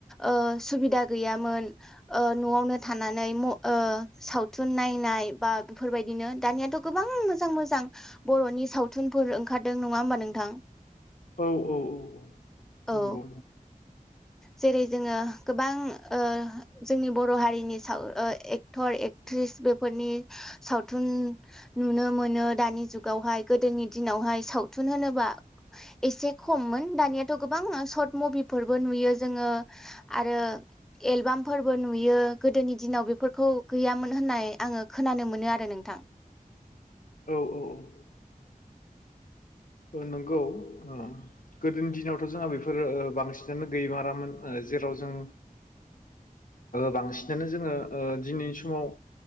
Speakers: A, in the centre; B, on the left.
A: ओ सुबिदा गैयामोन। ओ न'आवनो थानानै म ओ सावथुन नायनाय बा बेफोरबायदिनो दानियाथ' गोबां मोजां-मोजां बर'नि सावथुनफोर ओंखारदों नङा होमबा नोंथां।
B: औ - औ - औ।
A: औ।
B: नंगौ
A: जेरै जोङो गोबां ओ जोंनि बर' हारिनि साव ओ एक्टर एक ट्रिस बेफोरनि सावथुन नुनो मोनो दानि जुगावहाय गोदोनि दिनावहाय सावथुन होनोबा एसे खममोन दानियाथ' गोबां सट मबिफोरबो नुयो जोङो आरो एलबामफोरबो नुयो गोदोनि दिनाव बेफोरखौ गैयामोन होननाय आङो खोनानो मोनो आरो नोंथां।
B: औ - औ - औ। ओ नंगौ आं। गोदोनि दिनावथ' जोंहा बेफोरो ओ बांसिनानो गैयोमारामोन ओ जेराव जों ओ बांसिनानो जोङो ओ दिनैनि समाव